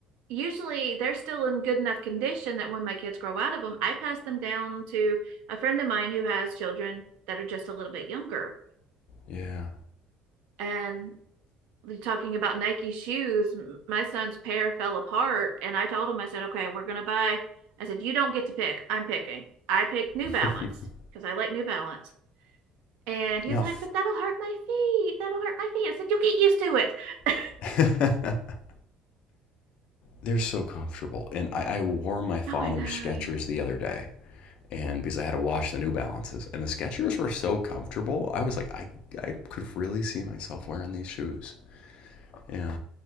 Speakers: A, on the right; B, on the left.
A: usually they're still in good enough condition that when my kids grow out of them, I pass them down to a friend of mine who has children that are just a little bit younger.
B: yeah.
A: And talking about Nike shoes, my son's pair fell apart and I told him I said, "Okay, we're going to buy." I said, "You don't get to pick. I'm picking." I picked New
B: <laughs>
A: Balance because I like New Balance. And he
B: now,
A: was like, but that'll hurt my feet. That'll hurt my feet. I said, you'll get used to it. <laughs> oh,
B: f- <laughs> they're so comfortable. And I, I wore my father's
A: I know.
B: Skechers the other day. And because I had to wash the New Balances, and the Skechers were so comfortable, I was like, I, I could really see myself wearing these shoes. Yeah.